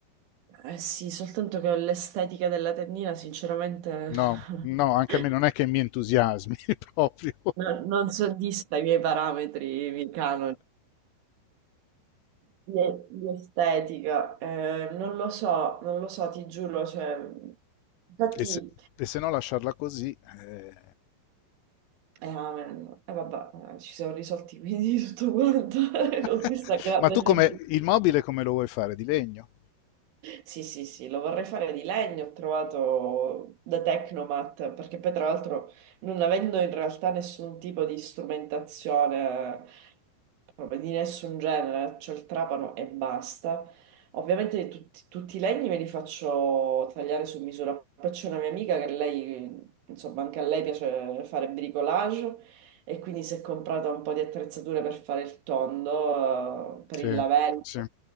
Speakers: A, on the right; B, on the left.
A: eh sì, soltanto che l'estetica della tendina, sinceramente,
B: No,
A: <laughs>
B: no, anche a me non è che mi entusiasmi <laughs> proprio.
A: No- non soddisfa i miei parametri, i miei canoni di, di estetica. Eh, non lo so, non lo so, ti giuro. Cioè, infatti,
B: E se, e se no lasciarla così. eh.
A: eh, amen. Eh, vabbè, eh, ci siamo risolti quindi <laughs> tutto quanto <laughs>
B: <laughs>
A: con questa grande
B: Ma tu
A: semplicità.
B: come il mobile come lo vuoi fare? Di legno?
A: Sì, sì, sì, lo vorrei fare di legno, ho trovato da Tecnomat, perché poi tra l'altro non avendo in realtà nessun tipo di strumentazione proprio di nessun genere, c'ho il trapano e basta. Ovviamente tutti, tutti i legni me li faccio tagliare su misura. Poi c'è una mia amica che lei, insomma, anche a lei piace fare bricolage e quindi si è comprata un po' di attrezzature per fare il tondo, eh, per
B: Sì,
A: il lavello
B: sì.